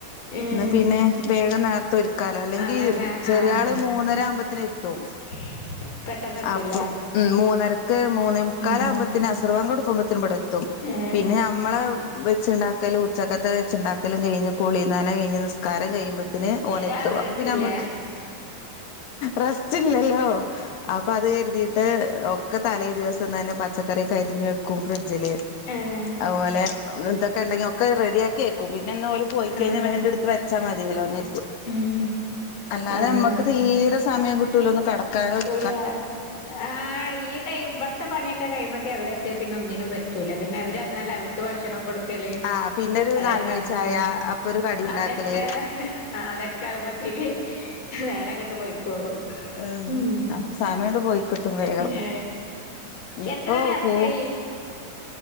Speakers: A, on the left (about 30°); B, on the left (about 65°).
A: ഉം
B: എന്ന പിന്നെ വേഗം നേരത്തെ ഒരുക്കാലോ അല്ലെങ്കി
A: അതന്നെ
B: ചെറിയള്
A: ആഹ്
B: മൂന്നര ആവുമ്പോത്തിന് എത്തും.
A: <inaudible> എത്തൂല്ലേ
B: അപ്പം മ് മൂന്നരക്ക് മൂന്നേ മുക്കാലാവകുമ്പോത്തിന്
A: ഉം
B: അസർവാങ്കൊടുക്കുമ്പത്തിന് ഇവിടെ എത്തും.
A: ഏഹ്
B: പിന്നെ നമ്മളെ വെച്ചുണ്ടാക്കലു ഉച്ചക്കത്തെ വെച്ചുണ്ടാക്കലും കഴിഞ്ഞ് കുളീ ന്നന കഴിഞ്ഞ് നിസ്കാരം കഴിയ്പ ത്തിന് ഓനെത്തും
A: ഏഹ് അവരെത്തൂല്ലേ
B: അപ്പൊ പിന്നെ നമ്മക്ക് റസ്റ്റ്ല്ലല്ലോ അപ്പൊ അത് കരുതിയിട്ട് ഒക്കെ തലേ ദിവസം തന്നെ പച്ചക്കറി കരിഞ് വെക്കും ഫ്രിഡ്ജില്
A: ഏഹ് ഏഹ്
B: അതുപോലെ തൊക്കെ ഇണ്ടെങ്കി ഒക്കെ റെഡിയാക്കി വെക്കും പിന്നെ എാ പോലെ പോയി കഴിഞ്ഞാ
A: അതന്നെ
B: വേണ്ട വച്ചലതിയല്ലോ ന്നരുതും
A: ഉം
B: അല്ലാതെ
A: അതന്നെ
B: നമ്മക്ക് തീരെ സമയം കിട്ടൂലൊന്ന് കടക്കാനോ ഇ
A: ലെ ആ ഇയ് ഇടത്തെ പണിയൊക്കെ കഴിയുമ്പഴത്തേ അവ എത്തിയാ പിന്നെ ഒന്നിനും പറ്റൂല്ല പിന്നെ അവര്ന്നാല് അവര്ക്ക് ഭക്ഷണം കൊടുക് ക്കല്
B: ആഹ് പിന്നൊരു
A: അതക്കാ
B: നാലുമണി
A: മറ്റ
B: ചായ അപ്പൊ ഒരു കടി ഉണ്ടാക്കല്
A: അതൊക്കെ അതൊക്കെ ആവുമ്പത്തിന് വേറെങ്ങോട്ട് പോയിക്കോളൂ
B: ഏഹ്
A: ഉം
B: അപ്പൊ സമയണ്ട് പോയിക്കിട്ടും വേഗം
A: ഏ
B: ഇപ്പൊ
A: എത്ര ഡാസ്ക്കായി?
B: കൂ